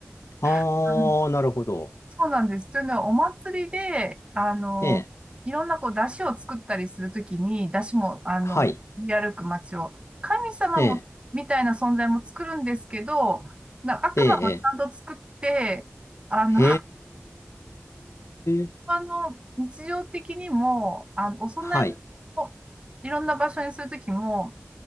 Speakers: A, on the left (about 85°); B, on the right (about 25°).
A: あ
B: う。うん
A: ー、なるほど。
B: そうなんです。というのは、お祭りで、あの、
A: ええ、
B: いろんなこう、出汁を作ったりするときに、出汁も、あの、
A: はい。
B: 練り歩く街を、神様も、
A: え
B: みたいな存在も作るんですけど、な悪魔もちゃんと作って、
A: え、ええ、
B: あの、
A: へー。
B: あの、日常的にも、あの、お供え物をいろんな場所にするときも、
A: はい。